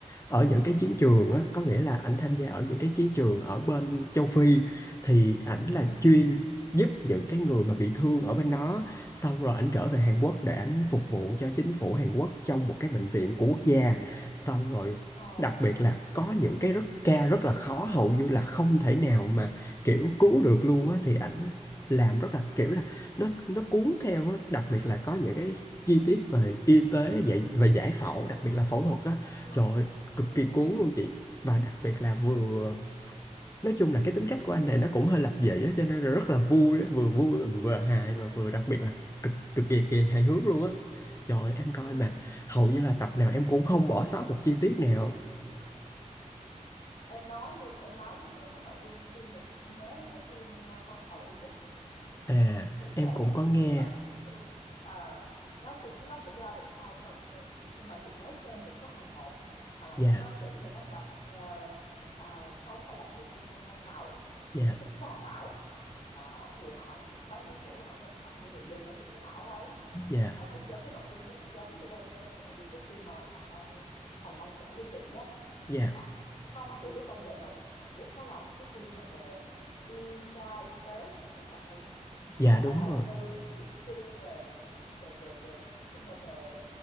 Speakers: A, on the left; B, on the left.
A: ở những cái chiến trường á, có nghĩa là ảnh tham gia ở những
B: ừ
A: cái chiến trường ở bên châu Phi, thì ảnh
B: ừ
A: là chuyên giúp những cái người mà bị thương ở bên đó xong rồi ảnh trở về Hàn Quốc để ảnh phục vụ cho chính phủ Hàn Quốc trong một cái bệnh viện của quốc
B: ừ
A: gia xong rồi
B: ờ
A: đặc biệt là có những cái rất ca rất là khó hầu như là không thể nào mà kiểu cứu được luôn á thì ảnh làm rất là kiểu là nó nó cuốn theo á đặc biệt là có những cái chi tiết về y tế dạy về giải phẫu
B: ừ
A: đặc biệt là phẫu thuật á
B: ừ
A: trời ơi, cực
B: ừ
A: kỳ cuốn luôn chị và đặc biệt là vừa
B: ừ
A: nói chung là cái tính cách của anh này nó cũng hơi lập dị á cho nên là rất là vui á vừa vui mà vừa hài
B: ừ
A: mà vừa đặc biệt là cực cực kỳ kỳ hài hước luôn á trời ơi, em coi
B: ừ
A: mà hầu như là tập nào em cũng không bỏ sót một chi tiết nào
B: Em nói như em nói cái cái cái nội dung phim này chị mới nhớ đến cái phim ờ, Con tàu y
A: À,
B: Cũng
A: em
B: về
A: cũng
B: nội
A: có
B: dung
A: nghe.
B: về bác sĩ luôn. Ờ, nó cũng nó cũng ra được hai phần rồi, nhưng mà chị mới xem được có phần một thôi, hoặc là
A: Dạ,
B: các bác sĩ này các bạn ờ, à, sống và làm việc trên một con tàu,
A: dạ,
B: những cái cái cái hòn đảo đó thì họ chỉ có nhiệm vụ là họ chăm sóc những người dân ở trên cái đảo đấy.
A: dạ,
B: Nó cũng giống cái nội dung nó cũng giống như cái, cái nội dung cái phim mà Thành đang Thành đang kể với chị đó.
A: dạ,
B: Đó, không mà chị phải công nhận là Hàn Quốc nó làm những cái phim mà về y khoa, y tế nó rất là hay nha.
A: dạ
B: Tức là
A: đúng
B: nó đầu
A: rồi.
B: tư chỉnh chu về về về về nói chung là về